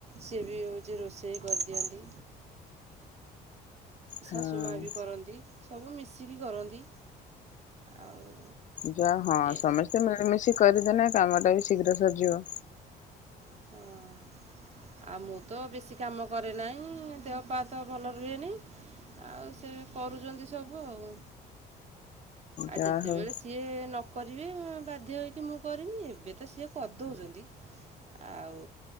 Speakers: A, on the right (about 40°); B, on the left (about 45°).
A: ସିଏ ବି ହଉଚି ରୋଷେଇ କରିଦିଅନ୍ତି। ଶାଶୁ
B: ହଁ
A: ମା ବି କରନ୍ତି ସବୁ ମିଶିକି କରନ୍ତି ଆଉ
B: ଯା ହଁ
A: ଏ
B: ସମେସ୍ତେ ମିଳିମିଶି କରିଦେନେ କାମଟା ବି ଶୀଘ୍ର ସରଯିବ।
A: ହଁ। ଆଉ ମୁଁ ତ ବେଶୀ କାମ କରେ ନାହିଁ ଦେହ ପା ତ ଭଲ ରୁହେନି। ଆଉ ସେ କରୁଛନ୍ତି ସବୁ ଆଉ। ଆଉ
B: ଯାହା
A: ଯେତେବେଳେ
B: ହଉ
A: ସି ତିଏ ନ କରିବେ ମୁଁ ବାଧ୍ୟ ହୋଇକି ମୁଁ କରିମି ଏବେ ତ ସିଏ କରିଦଉଚନ୍ତି। ଆଉ